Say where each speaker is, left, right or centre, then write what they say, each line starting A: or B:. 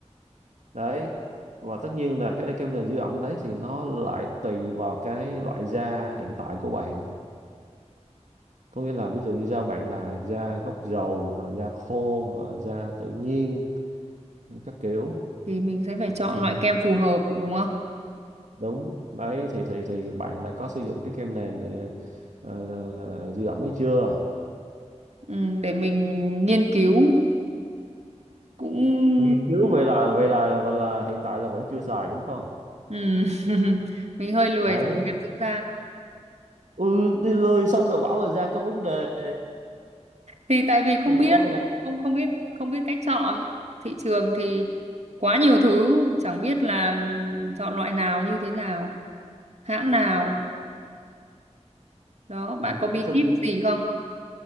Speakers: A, on the right; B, on the right.
A: đấy và tất nhiên là cái kem nền giữ ẩm đấy thì nó lại tùy vào cái loại da hiện tại của bạn có nghĩa là ví dụ như da bạn là da gốc dầu hoặc là da khô hoặc là da tự nhiên các kiểu
B: Thì mình sẽ phải
A: thì
B: chọn loại kem phù hợp đúng không?
A: đúng đấy thì thì thì bạn đã có sử dụng cái kem nền ờ, ờ, giữ ẩm ấy chưa
B: ừ, để mình nghiên cứu cũng
A: nghiên cứu vậy là vậy là vậy là hiện tại là vẫn chưa xài đúng không
B: ừ. <laughs> mình hơi lười
A: đấy
B: kem dưỡng da
A: ừ đi lười xong rồi bảo là da có vấn đề
B: thì tại vì không
A: thì rõ
B: biết
A: ràng
B: không không biết không biết cách chọn thị trường thì quá nhiều thứ chẳng biết là chọn loại nào như thế nào hãng nào đó bạn có bí
A: nói chung
B: kíp gì không